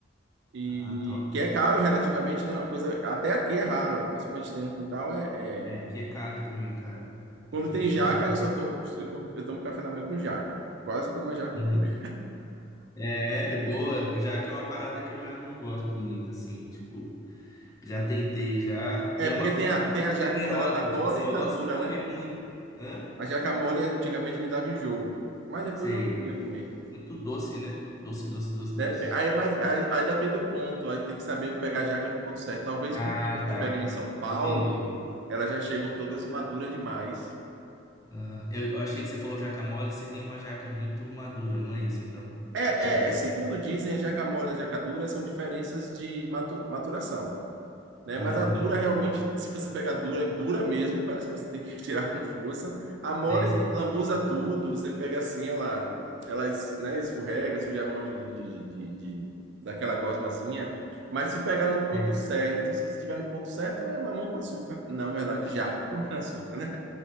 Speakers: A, on the right (about 60°); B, on the left (about 15°).
A: e
B: Ah, top.
A: que é caro relativamente, né? Uma coisa até aqui é raro, mas como a gente tem no quintal é,
B: É,
A: é...
B: aqui é caro também, cara. Aqui
A: Quando tem
B: é
A: jaca,
B: custo.
A: eu só tô, eu, como- eu tomo café da manhã com jaca, quase como uma jaca
B: Uhum.
A: inteira.
B: É, boa, já que é uma parada que eu já não gosto muito, assim, tipo, já tentei já,
A: É
B: e é
A: porque
B: uma fruta
A: tem a,
B: muito
A: tem a jaca
B: generosa,
A: quando ela tá mole
B: tipo assim,
A: e
B: eu
A: tá
B: gosto
A: dura,
B: de comer
A: né?
B: muito, hã?
A: A jaca mole antigamente me dava enjoo, mas depois
B: Sei,
A: eu aprendi a comer.
B: muito doce, né? Doce, doce, doce,
A: Depe-
B: doce.
A: Aí, é mais, aí, aí depende do ponto, aí tem que saber pegar a jaca no ponto certo. Talvez
B: Ah,
A: porque você
B: tá,
A: pega em São Paulo,
B: entendi.
A: elas já chegam todas maduras demais.
B: Ah, eu, eu achei que você falou jaca mole, seria uma jaca muito madura, não é isso, então?
A: É,
B: É um tipo de
A: é, é,
B: jaca?
A: segundo dizem, a jaca mole e a jaca dura são diferenças de matu- maturação. né?
B: Aham,
A: Mas a dura realmente, se você pegar dura, dura mesmo, parece que você tem que <laughs> tirar com força. A mole
B: sei, sei,
A: lambuza tudo, você pega assim, ela, ela es- né, escorrega, suja a mão de, de, de, de- de- daquela gosmazinha. Mas se pegar no ponto
B: sei.
A: certo, se você tiver no ponto certo, é mamão com açúcar. Não, na verdade, jaca com <laughs> açúcar, né?